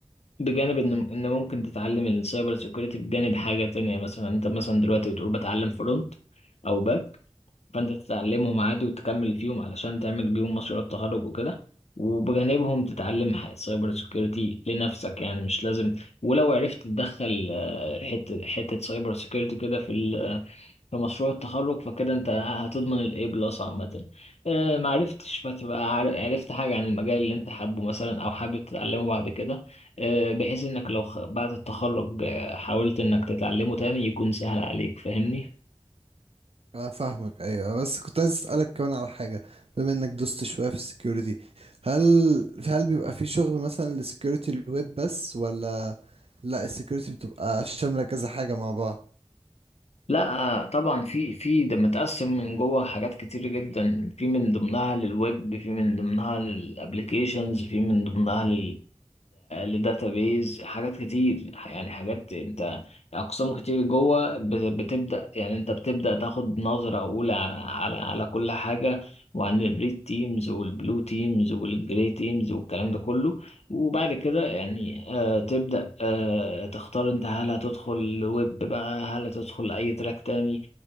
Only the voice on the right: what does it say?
انا فاهمك ايوه بس كنت عايز اسالك كمان على حاجة بما انك دوست شوية في السكيورتي هل هل بيبقى في شغل مثلا لسكيورتي الويب بس ولا لا السكيورتي بتبقى شاملة كذا حاجة مع بعض